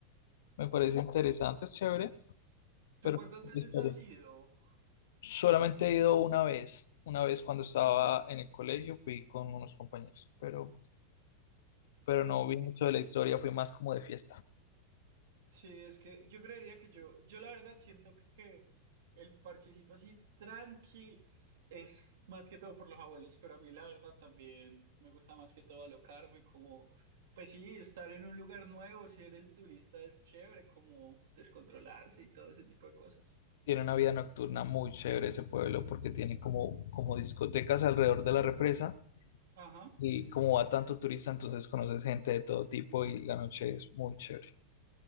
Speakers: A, on the left; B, on the right.
A: Me parece interesante, es chévere,
B: ¿Tú
A: pero
B: cuántas
A: no sé
B: veces
A: la historia.
B: has ido? Ok,
A: Solamente he ido una vez, una vez cuando estaba en el colegio, fui con unos compañeros, pero, pero no
B: ok.
A: vi mucho de la historia, fui más como de fiesta.
B: Sí, es que yo creería que yo, yo la verdad siento que el parchecito así tranqui s- es más que todo por los abuelos, pero a mí la verdad también me gusta más que todo alocarme, como, pues sí, estar en un lugar nuevo, ser el turista es chévere, como descontrolarse y todo ese tipo de cosas.
A: Tiene una vida nocturna muy chévere ese pueblo porque tiene como, como discotecas alrededor de la represa
B: Ajá,
A: y como va tanto turista, entonces conoces gente de todo tipo y la noche es muy chévere.